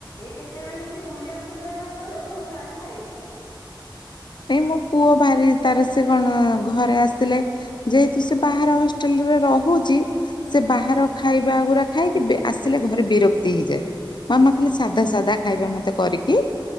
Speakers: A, on the left; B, on the left.
A: ଏ କେତେବେଳେ କେମତି ବୁଲିବା ଫୁଲିବା ପାଇଁ ଗଲେ ଘ ଭାରୁ ଖାଇଦିଏ।
B: ଏ ମୋ ପୁଅ ଭାରି ତାର ସେ କଣ ଘରେ ଆସିଲେ ଯେହେତୁ ସେ ବାହାର ହସ୍ ଟିଲ୍ ରେ ରହୁଚି ସେ ବାହାର
A: ଆଜ୍ଞା
B: ଖାଇ ବାଗୁରା ଖାଇକି ବି ଆସିଲେ ଘରେ ବିରକ୍ତି ହେଇଯାଏ। ମାମା ଖାଲି
A: ଆହା
B: ସାଧା ସାଧା ଖାଇବା ମତେ କରିକି